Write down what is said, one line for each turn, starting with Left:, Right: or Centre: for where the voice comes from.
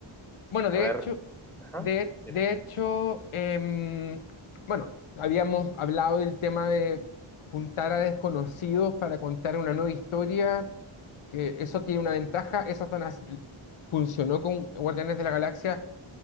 Left: bueno, de
Centre: a ver,
Left: hecho,
Centre: ajá,
Left: de, de
Centre: dime.
Left: hecho, em, bueno, habíamos hablado del tema de juntar a desconocidos para contar una nueva historia, que eso tiene una ventaja, eso tan as- funcionó con Guardianes de la Galaxia